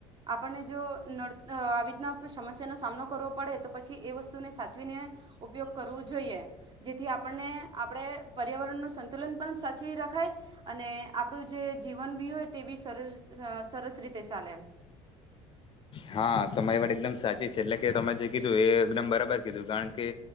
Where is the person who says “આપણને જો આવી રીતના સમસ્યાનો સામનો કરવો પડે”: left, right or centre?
Right